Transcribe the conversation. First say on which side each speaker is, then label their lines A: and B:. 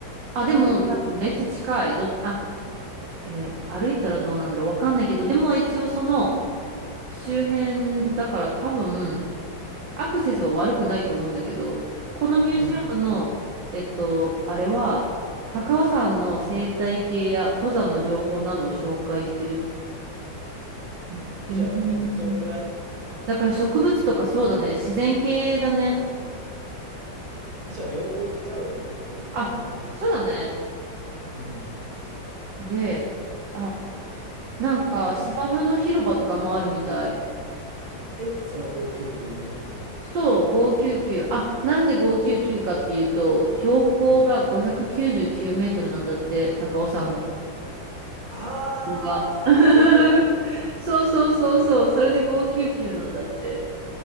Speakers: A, on the right (about 70°); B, on the right (about 50°).
A: あ、でも多分めっちゃ近い。
B: えー、
A: ど、あ、えー歩いたらどうなんだろう。わかんないけど、でも一応その周辺だから多分アクセスは悪くないと思うんだけど、このミュージアムの、
B: うん。
A: えっと、あれは、高尾山の生態系や登山の情報などを紹介してる。うん。
B: え、
A: うん
B: じゃあめっちゃ良くない
A: だから植物とかそうだね。自然系だね。
B: え、じゃあ両方行っちゃおうよ、トリトリックアートミュージアム
A: あ、そうだね。
B: と。うん。
A: で、あ、なんか芝生の広場とかもあるみたい。
B: なんか見てみようえ、その599ミュージアムに
A: そう、599。あ、なんで599かっていうと、標高が599メートルなんだって、
B: うん
A: 高尾山の。こ
B: あー、
A: こが。
B: そういうこと。
A: <laughs> そうそうそうそう、それで599なんだって。